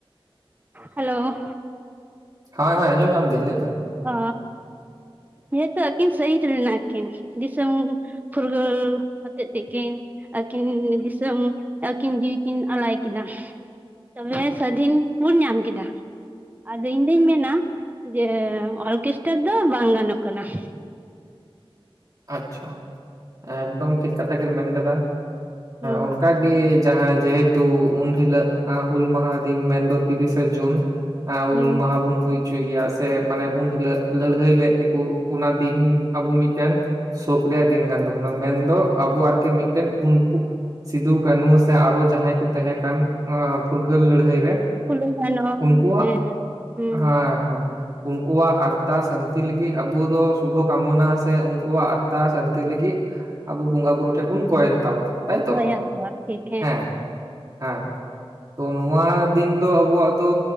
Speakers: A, on the right; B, on the right.
A: ᱦᱮᱞᱳ
B: ᱦᱳᱭ ᱦᱳᱭ ᱟᱸᱡᱚᱢ ᱧᱟᱢᱫᱤᱧ ᱞᱮ ᱢᱮ
A: ᱚ ᱡᱮᱦᱩᱛᱩ ᱟᱹᱠᱤᱱ ᱥᱟᱦᱤᱛ ᱞᱮᱱᱟᱠᱤᱱ ᱫᱤᱥᱚᱢ ᱯᱷᱩᱨᱜᱟᱹᱞ ᱦᱚᱛᱮᱜ ᱛᱮᱠᱤᱱ ᱟᱹᱠᱤᱱ ᱫᱤᱥᱚᱢ ᱟᱠᱤᱱ ᱡᱤᱣᱤ ᱠᱤᱱ ᱟᱞᱟᱭ ᱠᱮᱫᱟ ᱛᱚᱵᱮ ᱥᱟᱹᱫᱷᱤᱱ ᱵᱚᱱ ᱧᱟᱢ ᱠᱮᱫᱟ ᱟᱫᱚ ᱤᱧᱫᱩᱧ ᱢᱮᱱᱟ ᱡᱮ ᱚᱨᱜᱮᱥᱴᱟᱨ ᱫᱚ ᱵᱟᱝ ᱜᱟᱱᱚᱜ ᱠᱟᱱᱟ ᱾
B: ᱟᱪᱪᱷᱟ ᱮᱠᱫᱚᱢ ᱴᱷᱤᱠ ᱠᱟᱛᱷᱟ ᱜᱮᱢ ᱢᱮᱱᱠᱟᱫᱟ
A: ᱦᱩᱸ
B: ᱚᱱᱠᱟ ᱜᱮ ᱡᱟᱦᱟ ᱡᱮᱦᱩᱛᱩ ᱩᱱ ᱦᱤᱞᱳᱜ ᱦᱩᱞ ᱢᱟᱦᱟ ᱫᱤᱱ ᱢᱮᱱᱫᱚ ᱛᱤᱨᱤᱥᱟ ᱡᱩᱱ ᱦᱩᱞ
A: ᱦᱩᱸ
B: ᱢᱟᱦᱟ ᱵᱩᱱ ᱦᱩᱭ ᱦᱚᱪᱚᱭ ᱜᱮᱭᱟ ᱥᱮ ᱢᱟᱱᱮ ᱩᱱ ᱦᱤᱞᱳᱜ ᱞᱟᱹᱲᱦᱟᱹᱭ ᱞᱮᱫ ᱛᱮᱠᱚ ᱚᱱᱟ ᱫᱤᱱ ᱟᱵᱚ ᱢᱤᱫᱴᱮᱱ ᱥᱳᱠ ᱨᱮᱭᱟᱜ ᱫᱤᱱ ᱠᱟᱱ ᱛᱟᱵᱚᱱᱟ ᱾ ᱢᱮᱱᱫᱚ ᱟᱵᱚ ᱟᱨᱠᱤ ᱢᱤᱫᱴᱮᱱ ᱩᱱᱠᱩ ᱥᱤᱫᱩ ᱠᱟᱹᱱᱩ ᱥᱮ ᱟᱨᱚ ᱡᱟᱦᱟᱭ ᱠᱚ ᱛᱟᱦᱮᱸ ᱠᱟᱱ ᱱᱚᱣᱟ ᱯᱷᱩᱨᱜᱟᱹᱞ ᱞᱟᱹᱲᱦᱟᱹᱭ ᱨᱮ
A: ᱯᱷᱩᱞᱳ ᱡᱷᱟᱱᱚ
B: ᱩᱱᱠᱩᱣᱟᱜ
A: ᱦᱮᱸ ᱦᱩᱸ
B: ᱦᱟᱸ ᱦᱳᱭ ᱾ ᱩᱱᱠᱩᱣᱟᱜ ᱟᱛᱛᱟ ᱥᱟᱱᱛᱤ ᱞᱟᱹᱜᱤᱜ ᱟᱵᱚ ᱫᱚ ᱥᱩᱵᱷᱚ ᱠᱟᱢᱚᱱᱟ ᱥᱮ ᱩᱱ ᱠᱚᱣᱟᱜ ᱟᱛᱛᱟ ᱥᱟᱱᱛᱤ ᱞᱟᱹᱜᱤᱜ ᱟᱵᱚ ᱵᱚᱸᱜᱟ ᱵᱩᱨᱩ ᱴᱷᱮᱜ ᱵᱚᱱ ᱠᱚᱭ ᱦᱟᱛᱟᱣᱟ ᱛᱟᱭᱛᱚ
A: ᱦᱚᱦᱚᱭᱟᱠᱚ ᱴᱷᱤᱠ
B: ᱦᱮᱸ ᱦᱮᱸ ᱾ ᱛᱚ ᱱᱚᱣᱟ ᱫᱤᱱ ᱫᱚ ᱟᱵᱚᱣᱟᱜ ᱫᱚ